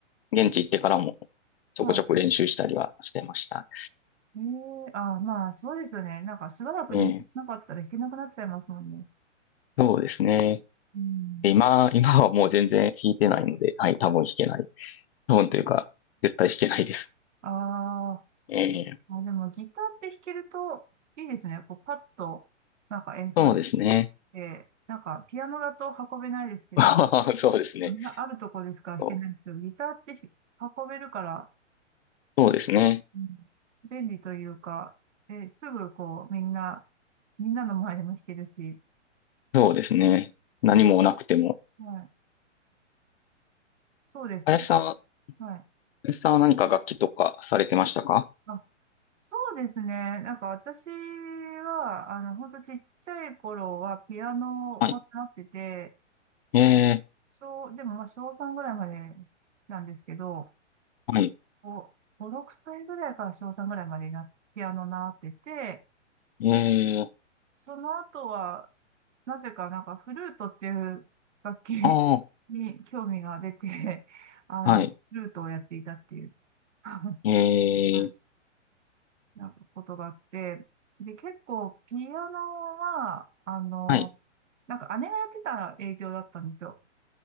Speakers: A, on the left; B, on the right.
A: 現地行ってからもちょこちょこ練習したりはしてました。
B: はい。ええ、あ、まあ、そうですよね。なんか、しばらくね、
A: ええ、
B: なかったら弾けなくなっちゃいますもんね。
A: そうですね。
B: うん。
A: で今、今はもう全然弾いてないので、はい、多分弾けない。多分というか、絶対弾けないです。
B: ああ
A: ええ、
B: あ、でもギターって弾けるといいですね。こうパッとなんか演奏でき
A: そうですね。
B: て、なんかピアノだと運べないですけど、
A: <laughs> そうですね。
B: あんなあるとこですから弾けないですけど、
A: そう
B: ギターってひ運べるから、
A: そうですね。
B: うん便利というか、え、すぐこうみんな、みんなの前でも弾けるし、
A: そうですね。何もなくても。
B: はい、そうですね。
A: 林さんは、
B: はい。
A: 林さんは何か楽器とかされてましたか
B: あ、そうですね。なんか私は、あの、ほんとちっちゃい頃はピアノを習ってて、
A: はい。え
B: 小、でもまあ小3ぐらいまでなんですけど、
A: ー、はい。
B: 5、5、6歳ぐらいから小3ぐらいまでな、ピアノ習ってて、
A: え
B: で、
A: ー、
B: その後は、なぜかなんかフルートっていう楽器
A: あ
B: <laughs> に興味が出て、<laughs> あの、
A: あ、はい。
B: フルートをやっていたっていう、<laughs> は
A: えー、
B: いなんかことがあって、で、結構ピアノは、あの、
A: はい。
B: なんか姉がやってた影響だったんですよ。